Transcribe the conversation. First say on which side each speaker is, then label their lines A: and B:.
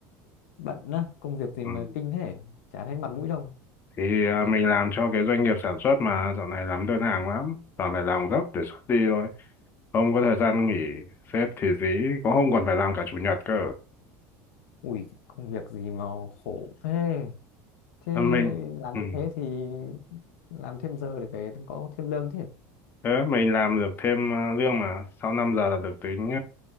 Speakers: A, on the left; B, on the left.
A: bận á, công việc gì
B: Ừm,
A: mà kinh thế? Chả thấy mặt mũi đâu.
B: Thì à, mình làm cho cái doanh nghiệp sản xuất mà dạo này làm đơn hàng lắm, toàn phải làm gấp để xuất đi thôi, không có thời gian nghỉ, sếp thì dí, có hôm còn phải làm cả chủ nhật cơ.
A: Ui, công việc gì mà khổ thế? Thế
B: À, mình
A: làm
B: ừm,
A: như thế thì làm thêm giờ để về có thêm lương chứ.
B: thế mình làm được thêm ờ, lương mà sau 5 giờ là được tính